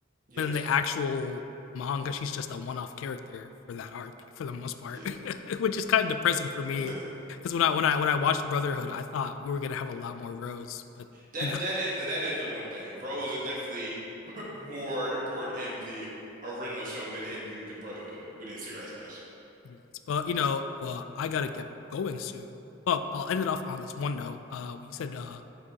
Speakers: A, on the right (about 45°); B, on the left (about 85°).
A: Yes.
B: In the actual manga she's just a one-off character for that arc for the most part
A: Yeah.
B: <laughs> which is kind of depressing for me
A: <laughs>
B: because when i when i when i watched brotherhood i thought we were gonna have a lot more rose but
A: That
B: you know
A: that is the that is the one thing. Rose is definitely <laughs> more important in the original show than in the, the Brotherhood. We didn't see her as much.
B: <laughs> yes but you know well i gotta get going soon but i'll end it off on this one note uh you said uh